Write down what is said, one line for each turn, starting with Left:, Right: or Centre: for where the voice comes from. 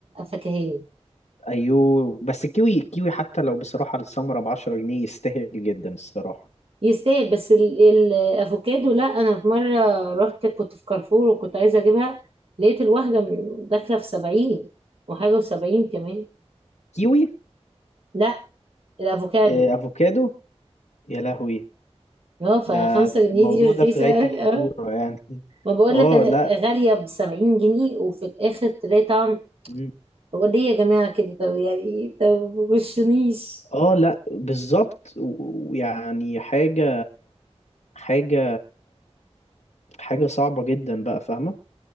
Right: فكهاني
Left: ايوه بس الكيوي الكيوي حتى لو بصراحة السمرة بعشرة جنيه يستاهل جدا الصراحة
Right: يستاهل بس ال- الافوكادو لا انا في مره رحت كنت في كارفور وكنت عايزه اجيبها لقيت الواحده م- داخله في سبعين وحاجه وسبعين كمان
Left: كيوي
Right: لا الافوكادو
Left: آه، افوكادو يا لهوي
Right: اه فخمسة
Left: ده
Right: جنيه
Left: الموضوع
Right: دي رخيصه
Left: ده في غاية
Right: أوي،
Left: الخطورة
Right: اه
Left: يعني <laughs>
Right: ما بقول
Left: اه
Right: لك انا
Left: لا
Right: غاليه بسبعين جنيه وفي الاخر تلاقي طعم
Left: مم.
Right: هو ليه يا جماعه كده طب يعني طب مبشونيش
Left: اه لا بالظبط و- ويعني حاجة حاجة حاجة صعبة جدا بقى فاهمة